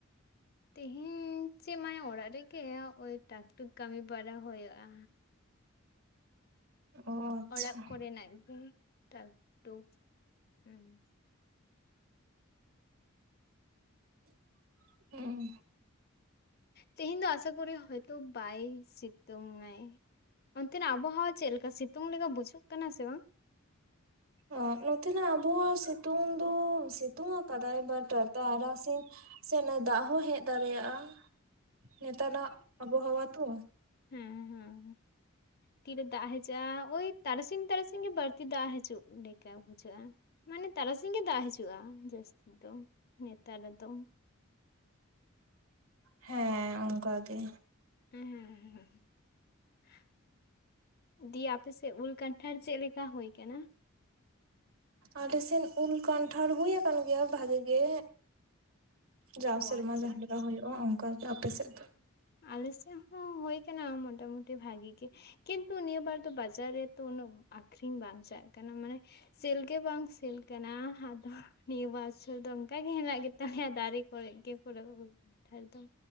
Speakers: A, on the left (about 50°); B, on the right (about 80°).
A: ᱛᱤᱦᱤᱧ ᱪᱮᱫ ᱢᱟᱱᱮ ᱚᱲᱟᱜ ᱨᱮᱜᱮ ᱳᱭ ᱴᱟᱠ ᱴᱩᱠ ᱠᱟᱹᱢᱤ ᱵᱟᱲᱟ ᱦᱩᱭᱳᱜᱼᱟ
B: ᱚ ᱟᱪᱪᱷᱟ
A: ᱚᱲᱟᱜ ᱠᱚᱨᱮᱱᱟᱜ ᱜᱤ ᱴᱟᱠ ᱴᱩᱠ ᱩᱦᱩᱸ
B: <inaudible> ᱩᱸ
A: ᱛᱤᱦᱤᱧ ᱫᱚ ᱟᱥᱟ ᱠᱚᱨᱤ ᱦᱳᱭᱛᱚ ᱵᱟᱭ ᱥᱤᱛᱩᱝ ᱟᱭ ᱚᱱᱛᱮᱱᱟᱜ ᱟᱵᱚ ᱦᱚᱸ ᱪᱮᱫ ᱞᱮᱠᱟ ᱥᱤᱛᱩᱝ ᱞᱮᱠᱟ ᱵᱩᱡᱷᱟᱹᱜ ᱠᱟᱱᱟ ᱥᱮ ᱵᱟᱝ
B: ᱚᱸ ᱱᱚᱛᱮᱱᱟᱜ ᱟᱵᱚᱣᱟᱜ ᱥᱤᱛᱩᱝ ᱫᱚ ᱥᱤᱛᱩᱝ ᱠᱟᱫᱟᱭ ᱵᱟ ᱴᱟ ᱛᱟᱨᱟᱥᱤ ᱥᱮ ᱱᱮ ᱫᱟᱜ ᱦᱚᱸ ᱦᱮᱜ ᱫᱟᱲᱮᱭᱟᱜᱼᱟ ᱱᱮᱛᱟᱱᱟᱜ ᱟᱵᱚᱦᱟᱣᱟ ᱛᱚ
A: ᱦᱩᱸ ᱦᱩᱸ ᱛᱤᱨᱮ ᱫᱟᱜ ᱦᱮᱡᱟᱜᱼᱟ ᱳᱭ ᱛᱟᱨᱟᱥᱤᱧ ᱛᱟᱨᱟᱥᱤᱧ ᱜᱤ ᱵᱟᱹᱲᱛᱤ ᱫᱟᱜ ᱦᱮᱡᱩᱜ ᱞᱮᱠᱟ ᱵᱩᱡᱷᱟᱹᱜᱼᱟ ᱢᱟᱱᱮ ᱛᱟᱨᱟᱥᱤᱧ ᱜᱤ ᱫᱟᱜ ᱦᱤᱡᱩᱜᱼᱟ ᱡᱟᱹᱥᱛᱤ ᱫᱚ ᱱᱮᱛᱟᱨ ᱫᱚ
B: ᱦᱮᱸ ᱚᱝᱠᱟ ᱜᱮ
A: <unintelligible> ᱫᱤᱭᱟ ᱟᱯᱮᱥᱮᱜ ᱩᱞ ᱠᱟᱱᱴᱷᱟᱲ ᱪᱮᱜ ᱞᱮᱠᱟ ᱦᱳᱭ ᱠᱟᱱᱟ
B: ᱟᱞᱮᱥᱮᱱ ᱩᱞ ᱠᱟᱱᱴᱷᱟᱲ ᱦᱩᱭ ᱟᱠᱟᱱ ᱜᱮᱭᱟ ᱵᱷᱟᱜᱮ ᱜᱮ ᱡᱟᱣ
A: ᱚ
B: ᱥᱮᱨᱢᱟ
A: ᱟᱪᱪᱷᱟ
B: ᱡᱟᱦᱟᱸᱞᱮᱠᱟ
A: ᱟᱪᱪᱷᱟ᱾
B: ᱦᱩᱭᱩᱜᱼᱟ ᱚᱝᱠᱟᱜᱮ ᱛᱚ ᱟᱯᱮ ᱥᱮᱜ ᱫᱚ
A: ᱟᱞᱮᱥᱮᱜ ᱦᱚᱸ ᱦᱳᱭ ᱠᱟᱱᱟ ᱢᱚᱴᱟᱢᱩᱴᱤ ᱵᱷᱟᱜᱤ ᱜᱤ ᱠᱤᱱᱛᱩ ᱱᱤᱭᱟᱹ ᱵᱟᱨ ᱫᱚ ᱵᱟᱡᱟᱨ ᱨᱮᱛᱚ ᱩᱱᱟᱹᱜ ᱟᱠᱷᱨᱤᱧ ᱵᱟᱝᱪᱟᱜ ᱠᱟᱱᱟ ᱢᱟᱱᱮ ᱥᱤᱞ ᱜᱮ ᱵᱟᱝ ᱥᱮᱞ ᱠᱟᱱᱟ ᱟᱫᱚ ᱱᱤᱭᱟᱹ ᱵᱟᱪᱷᱚᱨ ᱫᱚ ᱚᱝᱠᱟ ᱜᱮ ᱦᱮᱱᱟᱜ ᱜᱮᱛᱟᱞᱮᱭᱟ ᱫᱟᱨᱮ ᱠᱚᱨᱮᱜ ᱜᱮ ᱯᱩᱨᱟᱹ ᱩᱞ‌ ᱠᱟᱸᱴᱷᱟᱨ ᱫᱚ